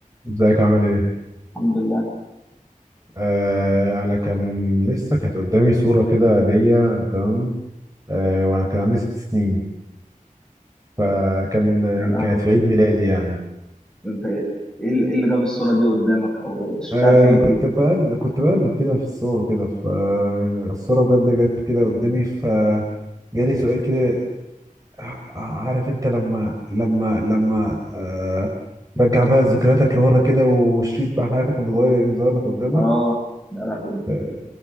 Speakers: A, on the right; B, in the centre.
A: ازيك عامل ايه؟
B: الحمد لله
A: آه انا كان لسه كانت قدامي صورة كده ليا تمام آه وانا كان عندي ست سنين فكان
B: يا لهوي
A: كانت في عيد ميلادي يعني
B: انت ايه ايه اللي إيه اللي جاب الصورة دي قدامك او إيه؟ شفتها
A: آه
B: فين
A: كنت
B: دي
A: بقلب كنت بقلب كده في الصور كده فالصورة بجد جت كده قدامي فجالي سؤال كده ع- عارف انت لما لما لما آه رجع بقى ذكرياتك لورا كده وشريط بقى حياتك وانت صغير يظهر لك قدامك
B: اه يا لهوي
A: ف-